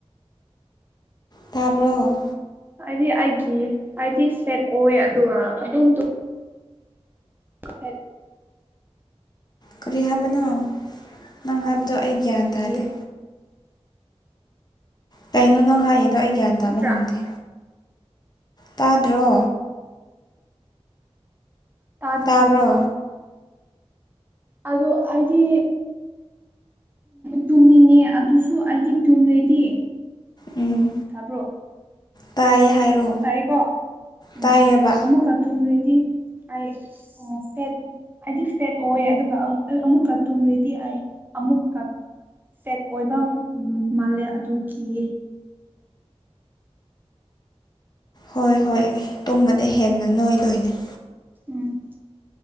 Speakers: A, on the left; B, on the right.
A: ꯇꯥꯔꯕꯣ
B: ꯍꯥꯏꯗꯤ ꯑꯩꯒꯤ ꯍꯥꯏꯗꯤ ꯁꯦꯠ ꯑꯣꯏ ꯑꯗꯨꯒ ꯑꯗꯨꯝ ꯍꯥ
A: ꯀꯔꯤ ꯍꯥꯞꯅꯣ ꯅꯪ ꯍꯥꯞꯗ
B: ꯑꯗꯨꯒ
A: ꯑꯩꯒꯌꯥ
B: ꯀꯤꯌꯦ
A: ꯇꯥꯦ ꯀꯩꯅꯣ ꯅꯪ ꯍꯥꯏꯌꯦꯗꯣ ꯑꯩ ꯒ꯭ꯌꯥꯟ ꯇꯥꯕ
B: ꯅꯠꯇ꯭ꯔꯥ
A: ꯉꯝꯗꯦ ꯇꯥꯗ꯭ꯔꯣ
B: ꯇꯥꯖꯃ
A: ꯇꯥꯕ꯭ꯔꯣ
B: ꯑꯗꯨ ꯍꯥꯏꯗꯤ ꯇꯨꯝꯃꯤꯅꯦ ꯑꯗꯨꯁꯨ ꯑꯩꯗꯤ ꯇꯨꯝꯂꯦꯗꯤ
A: ꯎꯝ
B: ꯊꯥꯕ꯭ꯔꯣ
A: ꯇꯥꯏꯌꯦ ꯍꯥꯏꯔꯣ
B: ꯇꯥꯏꯌꯦꯀꯣ ꯎꯝ
A: ꯇꯥꯏꯌꯦꯕ
B: ꯑꯃꯨꯛꯀ ꯇꯨꯝꯗꯣꯏꯗꯤ ꯑꯩ ꯑꯣ ꯐꯦꯠ ꯍꯥꯏꯗꯤ ꯐꯦꯠ ꯑꯣꯏ ꯑꯗꯨꯒ ꯑꯃꯨꯛꯀ ꯇꯨꯝꯔꯦꯗꯤ ꯑꯩ ꯑꯃꯨꯛꯀ ꯐꯦꯠ ꯑꯣꯏꯕ ꯃꯥꯜꯂꯦ ꯑꯗꯨ ꯀꯤꯌꯦ
A: ꯍꯣꯏ ꯍꯣꯏ ꯇꯨꯝꯕꯗ ꯍꯦꯟꯅ ꯅꯣꯏꯗꯣꯏꯅꯦ
B: ꯎꯝ